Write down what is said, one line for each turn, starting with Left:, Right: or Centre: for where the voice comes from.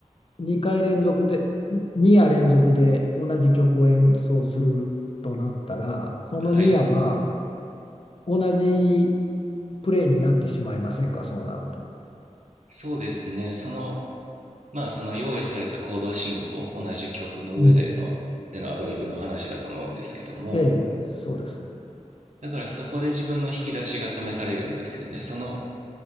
Left: 2回連続で、2夜連続で同じ曲を演奏するとなったら、その2夜は
Right: はい、
Left: 同じプレイになってしまいませんか、そうなると。
Right: そうですね、その、まあその用意された行動進行、同じ曲の上での、
Left: うん。
Right: でのアドリブの話だと思うんですけども、
Left: ええ、そうです。
Right: だからそこで自分の引き出しが試されるんですよね。その